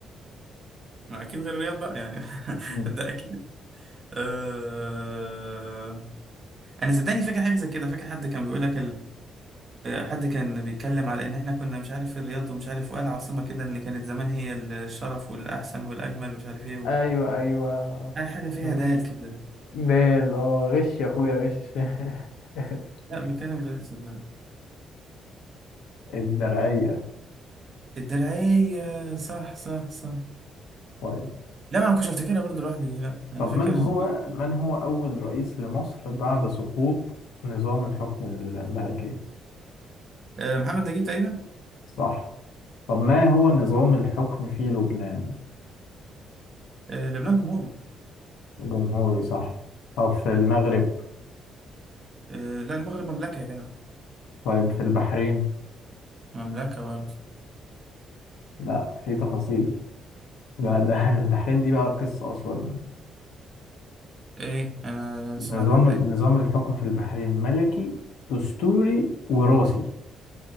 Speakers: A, on the right (about 40°); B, on the left (about 85°).
A: ما اكيد غير الرياض بقى يعني <laughs>
B: مم.
A: ده اكيد أه... انا صدقني فاكر حاجه زي كده فاكر حد كان بيقول لك حد كان بيتكلم على ان احنا كنا مش عارف في الرياض ومش عارف وقال عاصمة كده ان كانت زمان هي الشرف والاحسن والاجمل مش عارف ايه و...
B: أيوة أيوة
A: قال حاجة فيها
B: مم.
A: دال كده
B: دال اه غش يا أخويا غش <laughs>
A: لا بتكلم بجد صدقني
B: الدرعية
A: الدرعية صح صح صح
B: طيب
A: لا ما انا كنتش افتكرها برضه لوحدي دي لا انا
B: طب
A: فاكر
B: من هو
A: في-
B: من هو أول رئيس لمصر بعد سقوط نظام الحكم الملكي
A: آه، محمد نجيب تقريبا
B: صح طب ما هو نظام الحكم في لبنان
A: آه، لبنان جمهوري
B: جمهوري صح طب في المغرب
A: آه، لا المغرب مملكة يا جدع
B: طيب في البحرين
A: مملكة برضه
B: لا في تفاصيل ده ده <laughs> البحرين دي بقى قصة أصلا
A: ايه انا
B: نظام
A: سمعنا تقريبا
B: نظام الحكم في البحرين ملكي دستوري وراثي